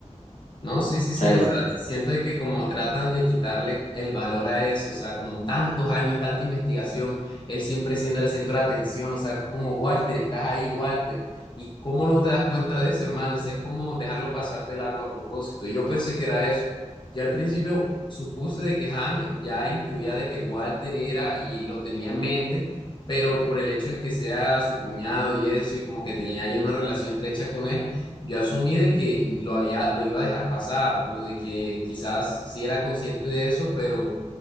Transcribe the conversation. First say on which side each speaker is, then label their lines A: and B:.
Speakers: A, on the left; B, on the left.
A: No, sí, sí, sí,
B: O sea,
A: o
B: no-
A: sea, siento de que como tratan de quitarle el valor a eso, o sea, como tantos años, tanta investigación, él siempre siendo el centro de atención, o sea, como Walter, estás ahí, Walter, y cómo no te das cuenta de eso, hermano, o sea, es como dejarlo pasar de largo a propósito. Yo pensé que era eso. Yo al principio supuse de que Hank ya intuía de que Walter era y lo tenía en mente, pero por el hecho de que sea su cuñado y eso, y como que tenía ya una relación estrecha con él. Yo asumí de que lo había, lo iba a dejar pasar o de que quizás sí era consciente de eso, pero